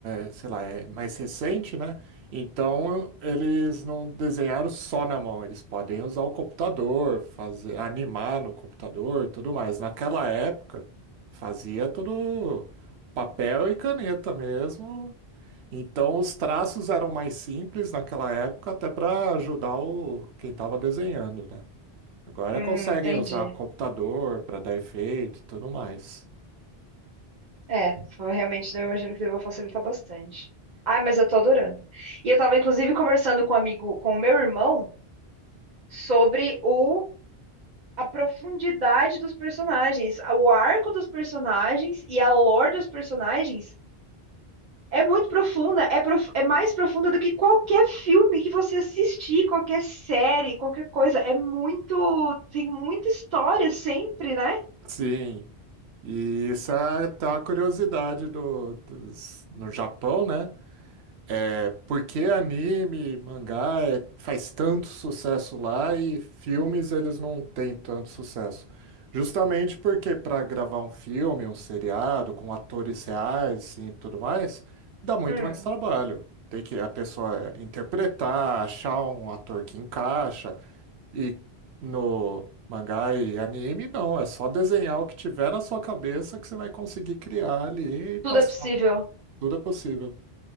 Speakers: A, on the right; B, on the right.
A: eh, sei lá, é mais recente, né? Então eles não desenharam só na mão, eles podem usar o computador, fazer, animar no computador, e tudo mais. Naquela época fazia tudo papel e caneta mesmo. Então os traços eram mais simples naquela época, até para ajudar o quem estava desenhando, né? Agora
B: Hum,
A: conseguem
B: entendi.
A: usar computador para dar efeito e tudo mais.
B: É, foi- realmente eu imagino que deva facilitar bastante. Ai, mas eu tô adorando. E eu tava inclusive conversando com um amigo, com o meu irmão, sobre o a profundidade dos personagens, o arco dos personagens e a lore dos personagens é muito profunda, é, prof- é mais profunda do que qualquer filme que você assistir, qualquer série, qualquer coisa. É muito, tem muita história sempre, né?
A: Sim, e isso é até uma curiosidade do, dos- no Japão, né? É, por que anime, mangá é- faz tanto sucesso lá e filmes eles não têm tanto sucesso? Justamente porque para gravar um filme, um seriado com atores reais assim, e tudo mais, dá muito
B: Hum,
A: mais trabalho. Tem que a pessoa interpretar, achar um ator que encaixa. E no mangá e anime, não. É só desenhar o que tiver na sua cabeça que você vai conseguir criar ali e passar.
B: tudo é possível.
A: Tudo é possível.